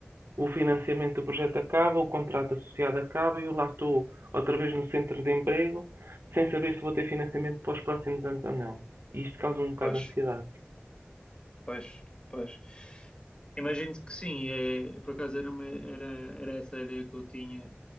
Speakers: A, on the right (about 85°); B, on the left (about 25°).
A: O financiamento do projeto acaba, o contrato associado acaba e eu lá estou outra vez no centro de emprego, sem saber se vou ter financiamento para os próximos anos ou não. E isto causa um bocado
B: Pois.
A: de ansiedade.
B: Pois, pois. Imagino que sim, é, por acaso era, uma, era, era essa a ideia que eu tinha,